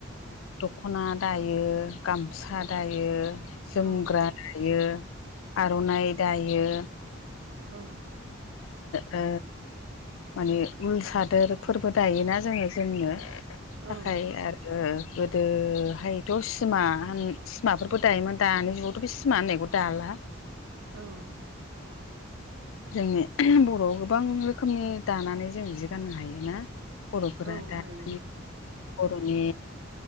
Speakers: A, on the left; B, on the right.
A: दख'ना दायो गामसा दायो। जोमग्रा
B: औ
A: दायो आर'नाइ दायो
B: औ।
A: ओ। माने उल सादोर फोरबो दायोना जोङो जोमनो थाखाय।
B: औ
A: आरो गोदोहायथ' सिमा सिमाफोरबो दायोमोन दानि जुगावथ' बे सिमा होननायखौ दाला
B: औ।
A: जोंनि बर'आव गोबां रोखोमनि दानानै जों जि गाननो हायो ना। बर'फोरा
B: औ
A: दा
B: हायो
A: बर'नि
B: नोंथां